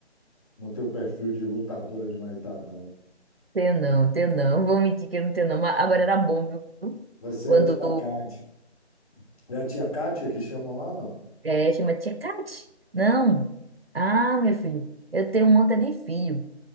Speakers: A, on the left; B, on the right.
A: não tem o perfil de lutadora de Muay Thai, não.
B: Tenho não, tenho não, vou mentir que eu não tenho não, mas agora era bom, viu?
A: Você
B: Quando
A: é a tia Kátia. É a tia Kátia que chamam lá, não?
B: é, chama tia Cate. Não. Ah, meu filho, eu tenho um monte de filho.